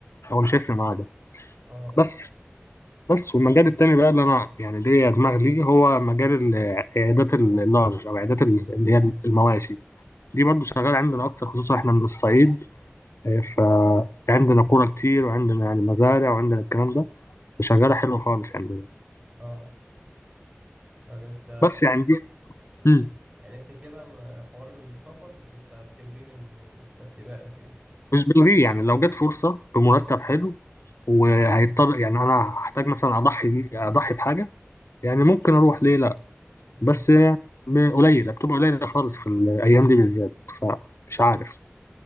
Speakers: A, on the left; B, on the right.
A: هو مش هيفرق معاه ده
B: اه
A: بس بس والمجال التاني بقى اللي انا يعني ليا دماغ ليه هو مجال ال- عيادات اللارج او عيادات ال- اللي هي المواشي دي برضو شغاله عندنا اكتر خصوصا احنا من الصعيد آه، فعندنا قرى كتير وعندنا يعني مزارع وعندنا الكلام ده شغالة حلوة خالص يعني
B: اه طب انت
A: بس يعني دي مم.
B: يعني انت كده ما- حوار السفر انت بتلغيه من ترتيباتك يعني
A: مش بلغيه يعني لو جت فرصة بمرتب حلو وهيضطر يعني أنا هحتاج مثلا أضحي أضحي بحاجة يعني ممكن أروح ليه لأ
B: امم
A: بس ب- قليلة بتبقى قليلة خالص في الأيام دي بالذات فمش عارف